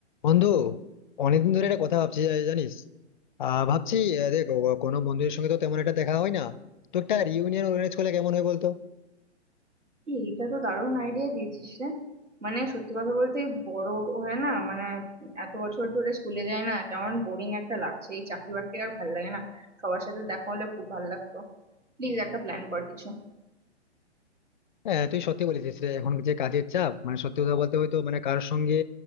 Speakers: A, on the left; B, on the right.
A: বন্ধু অনেকদিন ধরে একটা কথা ভাবছি জা- জানিস আহ ভাবছি আহ, দেখ ও- কোনো বন্ধুদের সঙ্গে তো তেমন একটা দেখা হয় না তো একটা রিউনিয়ন অর্গানাইজ করলে কেমন হয় বলতো
B: এই, এটা তো দারুণ আইডিয়া দিয়েছিস রে মানে সত্যি কথা বলতে এই বড় হয়ে না মানে এত বছর ধরে স্কুলে যাই না কেমন বোরিং একটা লাগছে এই চাকরি বাকরি আর ভাল লাগে না সবার সাথে দেখা হলে খুব ভাল লাগতো প্লিজ একটা প্ল্যান কর কিছু
A: হ্যাঁ তুই সত্যি বলেছিস রে এখন যে কাজের চাপ মানে সত্যি কথা বলতে হয়তো মানে কারোর সঙ্গে